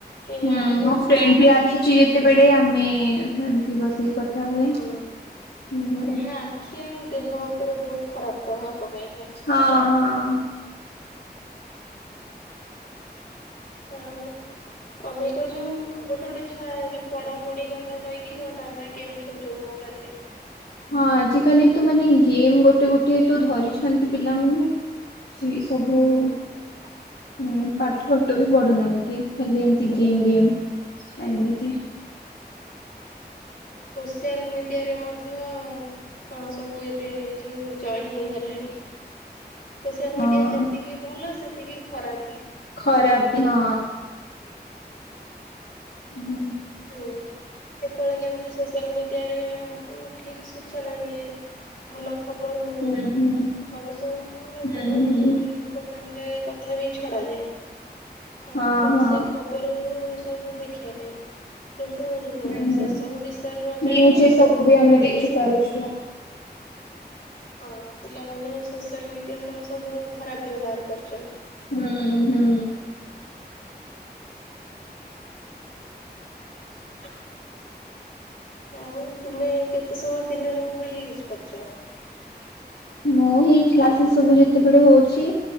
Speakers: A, on the left (about 50°); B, on the left (about 75°).
A: ଏହା
B: ହୁଁ
A: ଯୋଉ
B: ମୋ ଫ୍ରେଣ୍ଡ
A: ଆଖି
B: ବି ଆସୁଛି ଯେତେବେଳେ ଆମେ ଏମତି ବସିକି କଥା ହୁଏ।
A: ହଁ।
B: ହୁଁ ହୁଁ।
A: ଏହା ଆଖି ଆଉ ଦେହ ଉପରେ ବହୁତ ଖରାପ ପ୍ରଭାବ ପକାଇଥାଏ।
B: ହଁ ହଁ।
A: ହୋଉ ଅନେକ ଯୋଉ ଗୋଟେ ଗୋଟେ ଛୁଆ ଯୋଉ ପଢାପଢି କଥା କହିକି ଘଣ୍ଟା ଘଣ୍ଟା ଗେମ୍ ଖେଳୁଛନ୍ତି। ମୋ ରିଏଲ୍ଲୀ।
B: ହଁ ଆଜି କାଲି ତ ମାନେ ଗେମ୍ ଗୋଟେ ଗୋଟେ ତ ଧରିଛନ୍ତି ପିଲାମାନେ ସେ ସବୁ
A: ହୁଁ।
B: ଉଁ ପାଠ ଫାଠ ବି ପଢୁନାହାନ୍ତି। ଖାଲି ଏମିତି ଗେମ୍ ଗେମ୍
A: ହୁଁ
B: ଏମିତି
A: ଆଉ ସୋସିଆଲ ମିଡିଆରେ ମଧ୍ୟ ହଁ ସବୁ ଏବେ ଏ ଯୋଉ ଜଏନ୍ ହେଇଗଲେଣି। ସୋସିଆଲ
B: ହଁ
A: ମିଡିଆ ଯେତିକି ଭଲ ସେତିକି ଖରାପ ବି।
B: ଖରାପ ବି ହଁ। ହୁଁ।
A: ହୁଁ। କେତେବେଳେ କେମିତି ସୋସିଆଲ ମିଡିଆରେ ଆମକୁ ଠିକ୍ ସୂଚନା ମିଳେ ଭଲ। ଖବର ମିଳେ
B: ହୁଁ ହୁଁ
A: ସବୁ ସବୁ ମାନେ
B: ହୁଁ
A: ବହୁତ
B: ହୁଁ
A: ଇମ୍ପୋର୍ଟାଣ୍ଟ କଥା ବି ଛଡାଯାଏ ଆ
B: ହଁ
A: କୌଣସି
B: ହଁ
A: ଖବର ସବୁ ଦେଖିବା ପାଇଁ କିନ୍ତୁ
B: ହୁଁ ହୁଁ।
A: ସେ ସବୁ ବିଷୟରେ ନ ଜାଣି
B: ନ୍ୟୁଜ ଏ ସବୁ ବି
A: ପିଲାମାନେ
B: ଆମେ ଦେଖି
A: ସବୁ
B: ପାରୁଛୁ।
A: ହଁ ପିଲାମାନେ ସୋସିଆଲ ମିଡିଆ ର ସବୁ ଖରାପ ବ୍ୟବହାର କରୁ
B: ହୁଁ ହୁଁ।
A: <unintelligible> ଆଉ ତୁମେ କେତେ ସମୟ ଦିନରେ ମୋବାଇଲ୍ ୟୁଜ୍ କରୁଚ?
B: ମୁଁ ଏଇ କ୍ଲାସ ସବୁ ଯେତେବେଳେ ହଉଛି